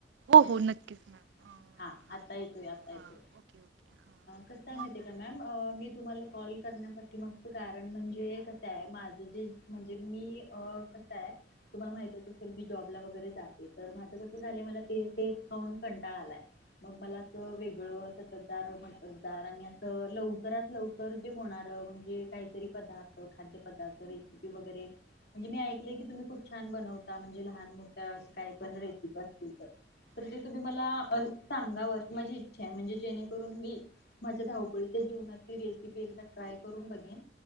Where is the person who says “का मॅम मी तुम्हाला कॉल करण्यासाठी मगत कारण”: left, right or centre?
Left